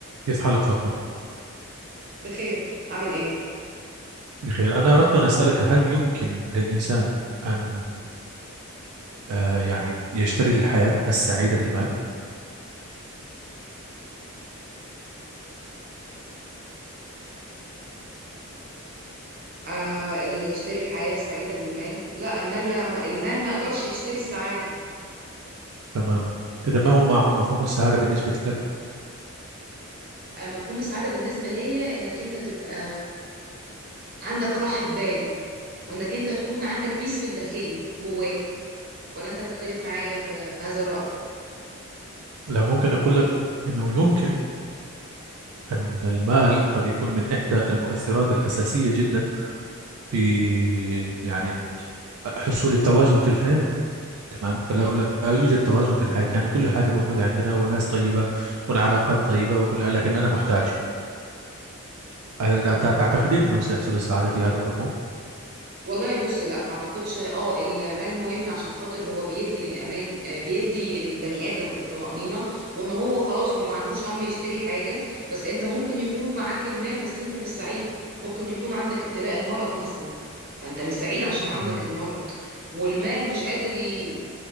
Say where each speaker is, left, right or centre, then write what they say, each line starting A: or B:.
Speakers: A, on the right (about 75°); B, on the right (about 40°).
A: كيف حالك فاطمة؟
B: بخير اعمل ايه
A: بخير أنا أردت أن أسألك هل يمكن للإنسان أن آه يعني يشتري الحياة السعيدة بالمال؟
B: آه اللي يشتري الحياة السعيدة بالمال لا المال لا المال ما يقدرش يشتري السعادة
A: تمام إذا ما هو مع مفهوم السعادة بالنسبة لك؟
B: آه مفهوم السعادة بالنسبة ليا انك انت تبقى عندك راحة بال وانك انت تكون عندك بيس في الداخلي جواك ولا انت تختلف معايا في, في هذا الرأي
A: لا ممكن أقول لك أنه يمكن أن المال قد يكون من إحدى المؤثرات الأساسية جدا في يعني حصول التوازن في الحياة تمام فلو لا يوجد توازن في الحياة يعني كل حاجة موجودة عندنا وناس طيبة والعلاقات طيبة وكلها لكن أنا محتاج هل تعتقدين أنه سيحصل السعادة في هذا المفهوم؟
B: والله بص لا ما اعتقدش اه المال مهم عشان خاطر هو بيدي للامان آه، بيدي البني ادم الطمأنينة وان هو خلاص هو ما عندوش هم يشتري حاجة بس انت ممكن يكون معاك المال بس انت مش سعيد ممكن يكون عندك ابتلاء المرض مثلا فانت مش سعيد عشان
A: مم.
B: عندك المرض والمال مش قادر ي-